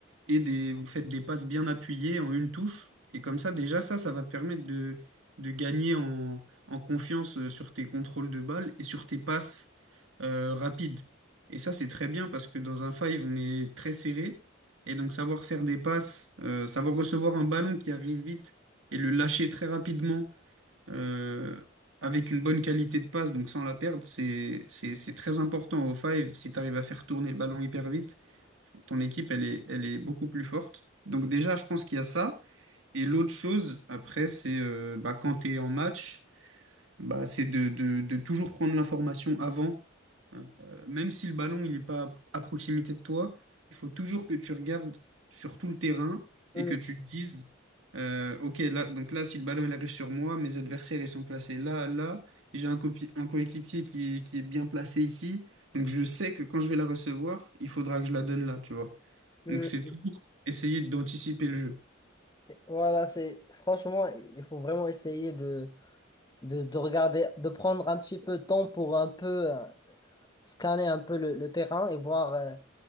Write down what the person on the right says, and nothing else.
et des, vous faites des passes bien appuyées en une touche. Et comme ça, déjà, ça, ça va te permettre de, de gagner en, en confiance euh, sur tes contrôles de balle et sur tes passes euh, rapides. Et ça, c'est très bien parce que dans un five, on est très serré. Et donc, savoir faire des passes, euh, savoir recevoir un ballon qui arrive vite et le lâcher très rapidement euh, avec une bonne qualité de passe, donc sans la perdre, c'est, c'est, c'est très important au five si tu arrives à faire tourner le ballon hyper vite ton équipe, elle est, elle est beaucoup plus forte. Donc déjà, je pense qu'il y a ça. Et l'autre chose, après, c'est euh, bah, quand tu es en match, bah, c'est de, de- de toujours prendre l'information avant. Euh, même si le ballon, il n'est pas à proximité de toi, il faut toujours que tu regardes sur tout le terrain et
que tu te dises, euh, OK, là, donc là, si le ballon, il arrive sur moi, mes adversaires, ils sont placés là, là, et j'ai un, copi- un coéquipier qui est, qui est bien placé ici. Donc je sais que quand je vais la recevoir, il faudra que je la donne là, tu vois.
Donc c'est toujours essayer d'anticiper le jeu.